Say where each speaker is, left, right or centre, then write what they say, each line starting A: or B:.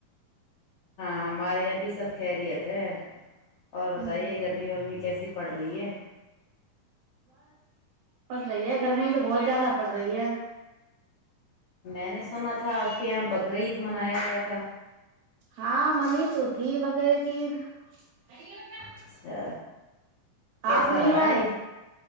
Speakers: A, on the left; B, on the right.
A: ہاں ہمارے یہاں بھی سب خیریت اور
B: ہوں
A: بتائیے گرمی وورمی کیسی پڑ رہی ہے
B: بند رہی ہے گھر میں تو بہت زیادہ پڑ رہی ہے
A: میں نے سنا تھا تھا آپ کے یہاں بکر عید منایا گیا تھا <inaudible>
B: ہاں منی تو تھی بکرے کی عید میں
A: اچھا کیسا
B: آپ نہیں
A: رہا
B: آئے
A: عید